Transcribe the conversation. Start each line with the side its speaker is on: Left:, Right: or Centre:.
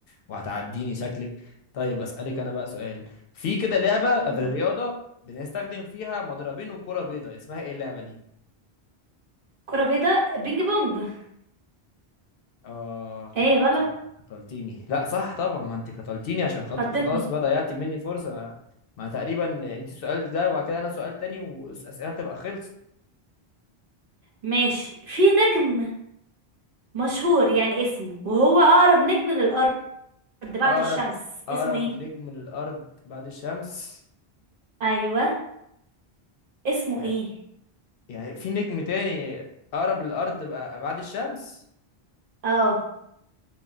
Left: وهتعديني شكلك طيب اسالك انا بقى سؤال في كده لعبه في
Right: مم.
Left: الرياضه بنستخدم فيها مضربين وكره بيضاء اسمها ايه اللعبه دي
Right: كرة بيضاء بينج بونج
Left: آه قتلتيني
Right: ايه غلط
Left: قتلتيني لا صح طبعا ما انت قتلتيني عشان خاطر
Right: خضتني
Left: خلاص بقى ضيعتي مني فرصة ما تقريبا انت السؤال ده وبعد كده انا سؤال تاني والأسئلة تبقى خلصت
Right: ماشي في نجم مشهور يعني اسمه وهو اقرب نجم للارض بعد
Left: أقرب
Right: الشمس
Left: أقرب
Right: اسمه ايه
Left: نجم للأرض بعد الشمس
Right: ايوه اسمه
Left: يع-
Right: ايه
Left: يعني في نجم تاني أقرب للأرض بقى بعد الشمس
Right: اه